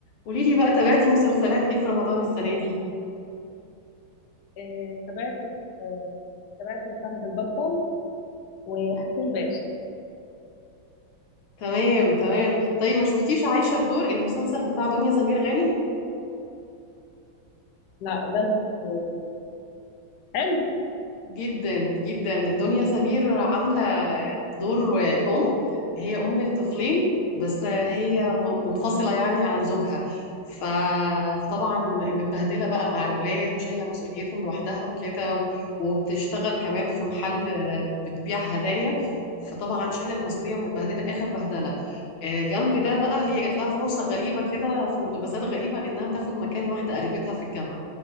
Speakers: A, on the left; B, on the left.
A: قولي لي بقى تابعتي مسلسلات ايه في رمضان السنة دي
B: آه، تابعت آه، تابعت فهد البطل وحكيم باشا
A: تمام تمام طيب ما شفتيش عايشة الدور المسلسل بتاع دنيا سمير غانم
B: لا ده ما شفتوش. حلو
A: جدا جدا دنيا سمير عاملة دور أم هي أم الطفلين بس هي م- منفصلة يعني عن زوجها ف... فطبعا متبهدلة بقى مع الولاد وشايلة مسؤوليتهم لوحدها وكده و... وبتشتغل كمان في محل بتبيع هدايا فطبعا شايلة المسؤولية ومتبهدلة آخر بهدلة آه، جنب ده بقى هي جات لها فرصة غريبة كده في ملابسات غريبة إنها تاخد مكان واحدة قريبتها في الجامعة